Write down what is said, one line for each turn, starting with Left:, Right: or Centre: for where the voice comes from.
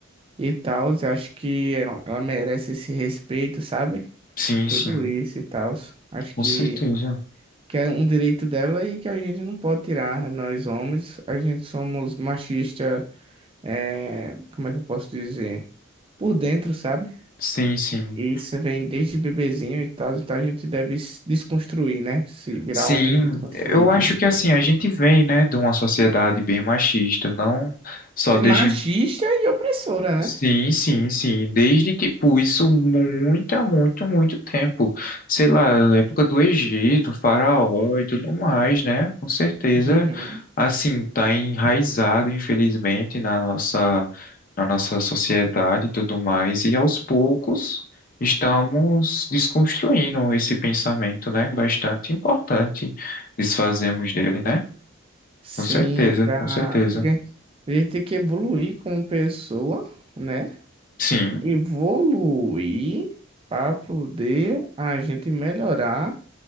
Right: e tal. Eu Acho que ela ela merece esse respeito, sabe?
Left: Sim,
Right: tudo
Left: sim,
Right: isso e tal. Acho
Left: com
Right: que,
Left: certeza.
Right: que é um direito dela e que a gente não pode tirar. Nós homens, a gente somos machista, é, como é que eu posso dizer? Por dentro, sabe?
Left: Sim, sim.
Right: E isso vem desde bebezinho e tal, então a gente deve se desconstruir, né? Se virar
Left: Sim,
Right: homens desconstruídos
Left: eu acho
Right: e
Left: que
Right: tal.
Left: assim, a gente vem, né, de uma sociedade bem machista, não só desde
Right: Machista e opressora, né?
Left: Sim, sim, sim. Desde, tipo, isso muito, há muito, muito tempo. Sei lá, na época do Egito, faraó e tudo mais, né? Com certeza,
Right: Uhum.
Left: assim, tá enraizado, infelizmente, na nossa, na nossa sociedade e tudo mais. E aos poucos estamos desconstruindo esse pensamento, né? Bastante importante desfazemos dele, né?
Right: Sim,
Left: Com certeza,
Right: pra...
Left: com certeza.
Right: porque a gente tem que evoluir como pessoa, né?
Left: Sim.
Right: evoluir para poder a gente melhorar